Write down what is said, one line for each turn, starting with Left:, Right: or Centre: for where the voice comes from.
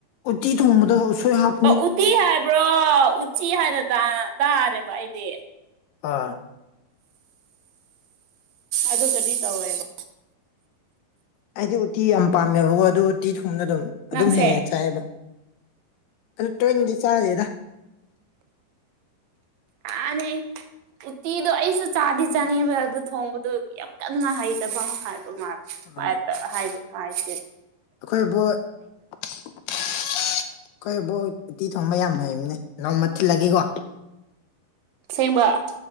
Left: ꯎ ꯎꯆꯤ ꯊꯣꯡꯃꯗ ꯍꯥꯞ
Right: ꯎꯠꯇꯤ ꯍꯥꯏꯕ꯭ꯔꯣ ꯎ ꯎꯆꯤ ꯍꯥꯏꯅ ꯇꯥꯔꯦꯕ ꯑꯩꯗꯤ
Left: ꯑ
Right: ꯑꯗꯨꯒꯗꯤ ꯇꯧꯋꯦꯕ
Left: ꯑꯩꯗꯤ ꯎꯇꯤ ꯌꯥꯝ ꯄꯥꯝꯃꯦꯕꯀꯣ ꯑꯗꯨ ꯎꯇꯤ ꯊꯣꯡꯅ ꯑꯗꯨꯝ ꯑꯗꯨꯝ
Right: ꯅꯪꯁꯦ
Left: ꯍꯦꯛꯑꯦ ꯆꯥꯏꯑꯕ ꯑꯗꯨ ꯇ꯭ꯔꯦꯟꯗꯤ ꯆꯥꯗꯦꯗ
Right: ꯑ ꯎꯇꯤꯗꯣ ꯑꯩꯁꯨ ꯆꯥꯗꯤ ꯆꯥꯅꯤꯡꯕ ꯑꯗꯨ ꯊꯣꯡꯕꯗꯨ ꯌꯥꯝ ꯀꯟꯅ ꯍꯩꯇꯕ ꯍꯥꯏꯕ ꯃꯥꯜꯂꯦ
Left: ꯎꯝ
Right: ꯑ ꯍꯥꯏ ꯍꯥꯏꯁꯤ
Left: ꯑꯩꯈꯣꯏꯕꯨ ꯑꯩꯈꯣꯏꯕꯣ ꯎꯇꯤ ꯊꯣꯡꯕ ꯌꯥꯝ ꯍꯩꯕꯅꯦ ꯅꯅꯥꯎꯃ ꯊꯤꯜꯂꯒꯦꯀꯣ
Right: ꯁꯦꯝꯦꯡꯕ